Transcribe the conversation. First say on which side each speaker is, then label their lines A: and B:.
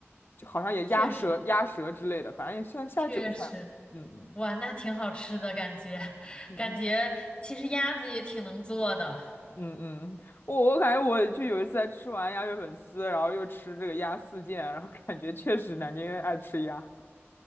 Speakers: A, on the left (about 50°); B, on the left (about 25°).
A: 就好像也鸭舌、
B: 确实
A: 鸭舌之类的，反正也算下酒菜了。
B: 确实，
A: 嗯嗯
B: 哇，那挺好吃的感觉，<laughs>
A: 嗯
B: 感觉其实鸭子也挺能做的。
A: 嗯，嗯，我我感觉我就有一次在吃完鸭血粉丝，然后又吃这个鸭四件，然后感觉确实南京人爱吃鸭。